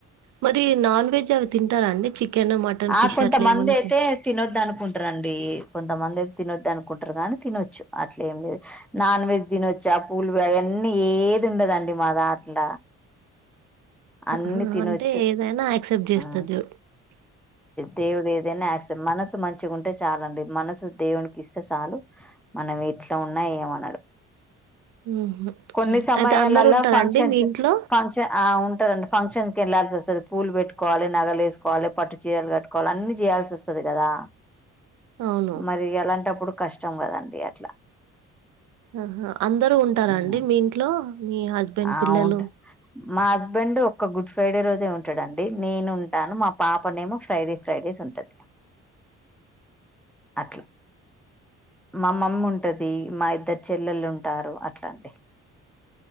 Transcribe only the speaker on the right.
మరి నాన్ వెజ్ అవి తింటారా అండి చికెను, మటన్,
ఫిష్
అట్లా ఏమన్నా
తిన్
హ
అంటే ఏదైనా అక్సెప్ట్ చేస్తుంది
ఉహు
అయితే అందరు ఉంటారండి
మీ ఇంట్లో
అవును.
ఆహా అందరూ ఉంటారా
అండి మీ ఇంట్లో మీ హస్బెండ్,
పిల్లలు?